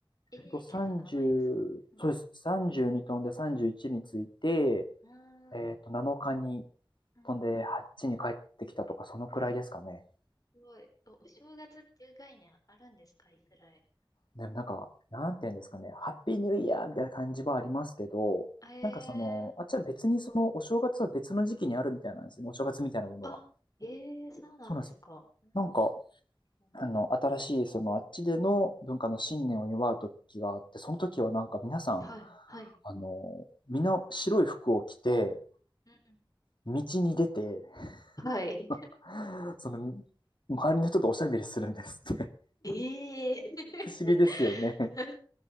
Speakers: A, on the left; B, on the left.
A: ええ結構長いですね。
B: あと30、
A: うん
B: そうです、32飛んで31について、
A: うん。うん
B: えっと、7日に
A: うん。
B: 飛んで8に帰ってきたとか、そのくらいですかね。
A: あ、すごい。お、お正月っていう概念あるんですか、イスラエル。
B: でもなんか、なんていうんですかね、ハッピーニューイヤーみたいな感じはありますけど、
A: え
B: なんかその、
A: ー、
B: あっちは別にそのお正月は別の時期にあるみたいなんですよね、お正月みたいなものは。
A: あ、えー、そうなんですか。
B: そうなんですよ。
A: うん
B: なんか、
A: うん
B: あの、新しいそのあっちでの文化の信念を祝う時があって、その時はなんか皆さん、
A: はい、はい、
B: あの、みんな白い服を着て、
A: うんう
B: 道に出て、
A: んはうん。い。
B: <laughs> その、周りの人とおしゃべりするんですって。<laughs>
A: <laughs> ええ <laughs>
B: 不思議ですよね。
A: 不